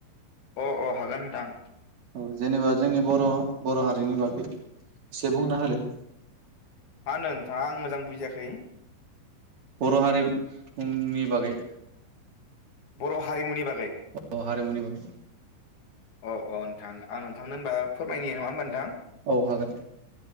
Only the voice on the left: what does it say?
अह अह हागोन नोंथां।
मा होनो नोंथाङा आं मोजां बुजियाखै?
बर' हारिमुनि बागै
अ' अ' नोंथां आं नोंथांनो होनबा फोरमायनि नङा होमबा नोंथां